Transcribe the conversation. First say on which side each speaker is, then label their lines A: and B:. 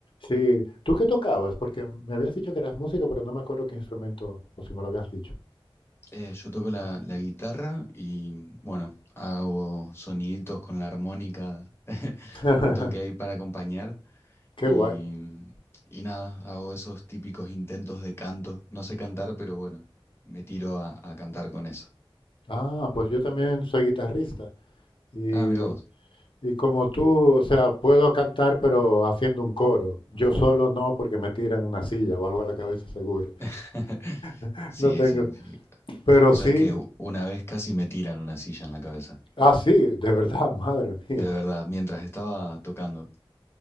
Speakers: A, on the left; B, on the left.
A: Sí, ¿tú qué tocabas? Porque me habías dicho que eras músico, pero no me acuerdo qué instrumento, o si me lo habías dicho.
B: Eh, yo toco la, la guitarra y bueno, hago soniditos con la armónica, <laughs>
A: <laughs>
B: un toque ahí para acompañar y,
A: Qué guay.
B: y nada, hago esos típicos intentos de canto. No sé cantar, pero bueno, me tiro a, a cantar con eso.
A: Ah, pues yo también soy guitarrista y,
B: Ah, mira vos.
A: y como tú, o sea, puedo cantar pero haciendo un coro. Yo solo no porque me tiran una silla o algo a la cabeza seguro.
B: <laughs>
A: <laughs>
B: Sí,
A: No tengo,
B: sí. sí.
A: Pero
B: Vos
A: sí,
B: sabés que u- una vez casi me tiran una silla en la cabeza.
A: ah, sí, de verdad, <laughs> madre
B: De
A: mía,
B: verdad, mientras estaba tocando.